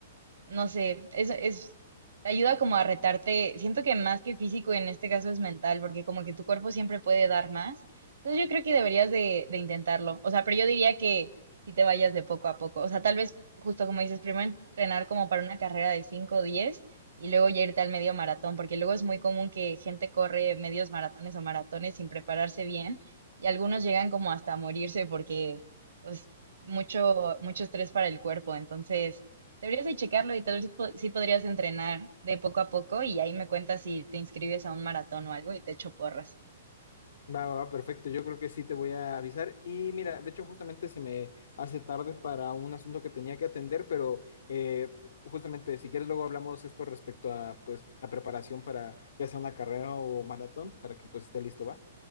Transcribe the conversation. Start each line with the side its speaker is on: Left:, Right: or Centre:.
Right: no sé, es, es, te ayuda como a retarte, siento que más que físico en este caso es mental, porque como que tu cuerpo siempre puede dar más. Entonces yo creo que deberías de, de intentarlo. O sea, pero yo diría que si te vayas de poco a poco. O sea, tal vez justo como dices, primero entrenar como para una carrera de cinco o 10 y luego ya irte al medio maratón, porque luego es muy común que gente corre medios maratones o maratones sin prepararse bien y algunos llegan como hasta a morirse porque pues mucho mucho estrés para el cuerpo. Entonces, Deberías de checarlo y tal vez po- sí podrías entrenar de poco a poco y ahí me cuentas si te inscribes a un maratón o algo y te echo porras.
Left: Va, va, va, perfecto. Yo creo que sí te voy a avisar. Y mira, de hecho, justamente se me hace tarde para un asunto que tenía que atender, pero eh, justamente si quieres luego hablamos esto respecto a pues la preparación para ya sea una carrera o maratón, para que pues esté listo, va.